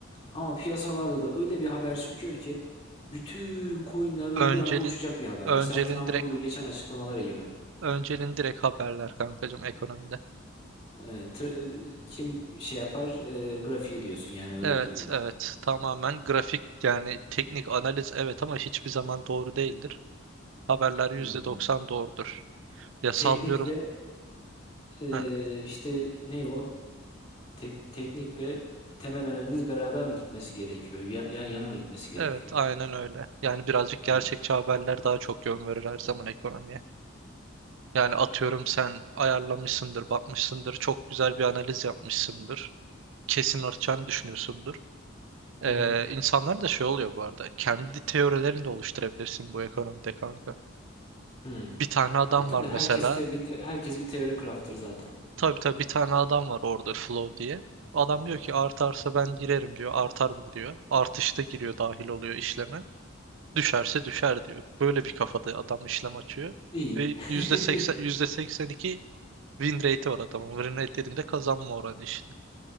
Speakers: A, on the left; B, on the right.
A: Ama piyasalarda da öyle bir haber çıkıyor ki bütün coinler böyle
B: Öncelin
A: bir anda uçacak bir haber.
B: öncelin
A: Mesela Trump'ın
B: direkt
A: bu geçen açıklamaları gibi.
B: öncelin direkt haberler kankacığım ekonomide.
A: Ee, tra- e, kim şey yapar e, grafiği diyorsun yani öyle
B: Evet
A: bir durumda.
B: evet tamamen grafik yani teknik analiz evet ama hiçbir zaman doğru değildir. haberler yüzde
A: Hmm.
B: doksan doğrudur. Ya sallıyorum.
A: Teknik ve e,
B: Ha,
A: işte ne o? Tek, teknik ve temel analiz beraber mi gitmesi gerekiyor? Yan, yan yana mı gitmesi gerekiyor?
B: evet aynen öyle. Yani birazcık gerçekçi
A: Ha.
B: haberler daha çok yön verir her zaman ekonomiye. Yani atıyorum sen ayarlamışsındır, bakmışsındır, çok güzel bir analiz yapmışsındır. Kesin artacağını düşünüyorsundur. Ee,
A: Hı hı.
B: insanlar da şey oluyor bu arada. Kendi teorilerini de oluşturabilirsin bu ekonomide kanka.
A: Hı.
B: Bir tane adam
A: E tabii
B: var mesela.
A: herkes te- bir te- herkes bir teori craft'tır zaten.
B: Tabii tabii bir tane adam var orada Flow diye. Adam diyor ki artarsa ben girerim diyor. Artar bu diyor. Artışta giriyor dahil oluyor işleme. Düşerse düşer diyor. Böyle bir kafada adam işlem açıyor.
A: İyi.
B: Ve yüzde
A: <laughs>
B: yüzde seksen yüzde seksen iki win rate'i var adamın. Win rate dediğimde kazanma oranı işte.